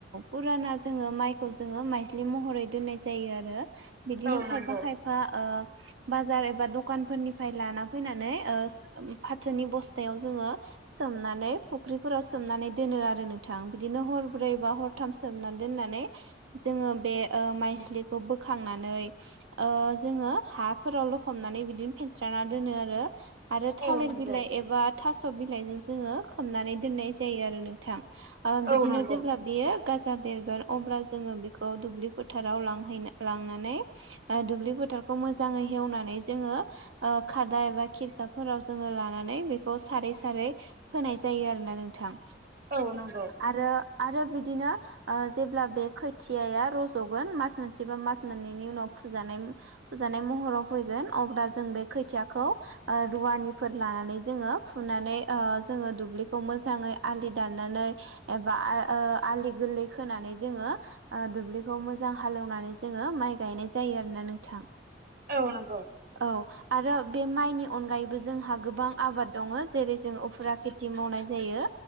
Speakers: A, on the right (about 80°); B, on the right (about 55°).
A: फुराना जोंङो माइखौ जोङो माइज्लि महरै दोननाय जायो आरो। बिदिनो
B: औ
A: खायफा
B: नंगौ
A: खायफा ओ बाजार एबा दखानफोरनिफाय लाना फैनानै ओज फाथोनि बस्थायाव जोङो सोमनानै फख्रिफोराव सोमनानै दोनो आरो नोंथां। बिदिनो हर ब्रै बा हरथाम सोमनानै दोननानै जोङो बे ओ माइज्लिखौ बोखांनानै ओ जोङो हाफोराव लख'बनानै बिदिनो फेनस्राना दोनों आरो। आरो थालिर
B: औ नंगौ
A: बिलाइ एबा थास'बिलाइजो जोङो खोबनानै दोननाय जायो आरो नोंथां। ओ बिदिनो
B: औ नंगौ
A: जेब्ला बियो गाजा बेरगोन अब्ला जोंङो बेखौ दुब्लि फोथाराव लांहैनो लांनानै ओ दुब्लि फोथा रखौ मोजांङै हेउनानै जोंङो ओ खादा एबा खेरखाफोराव जोंङो लानानै बेखौ सारै सारै फोनाय जायो आरो ना नोंथां।
B: औ नोंगौ।
A: आरो आरो बिदिनो ओ जेब्ला बे खोथियाया रजगोन, मास मोन से बा मास मोननैनि उनाव फुजानाय, फुजा नाय महराव फैगोन, अब्ला जों बे खोथियाखौ रुवानिफोर लानानै जोङो फुनानै हाय जोङो दुब्लिखौ मोजाङै आलि दनानै एबा ओ आलि गोरलै खोनानै जोङो दुब्लिखौ मोजां हालेवनानै जोङो माइ गायनाय जायो। आरोना नोंथां
B: औ नंगौ
A: औ आरो बे माइनि अनगायैबो जोंहा गोबां आबाद दङ जेरै जों उफुरा खेथि मावनाय जायो।